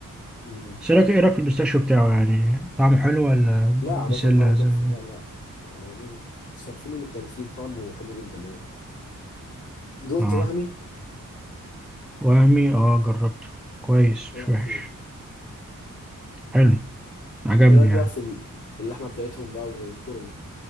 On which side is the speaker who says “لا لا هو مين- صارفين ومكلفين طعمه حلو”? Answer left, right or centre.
Left